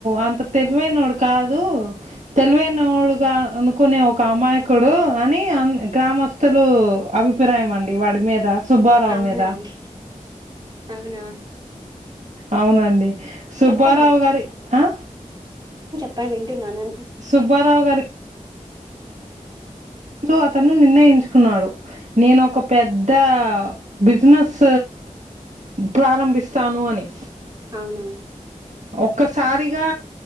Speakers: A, on the right (about 60°); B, on the right (about 30°).
A: అంత తెలివైనోడు కాదు తెలివైనోడుగా అనుకునే ఒక అమాయకుడు అని అ గ్రామస్తులు అభిప్రాయం అండి వాడి మీద సుబ్బారావు
B: అవునా
A: మీద
B: అండి అవునా
A: అవునండి సుబ్బారావు
B: చెప్పండి
A: గారి ఆ
B: అప్పా వింటు నాన్నకు
A: సుబ్బారావు గారి సొ అతను నిర్ణయించుకున్నాడు నేను ఒక పెద్ద బిజినెస్ ప్రారంభిస్తాను అని
B: అవునా
A: ఒక్కసారిగా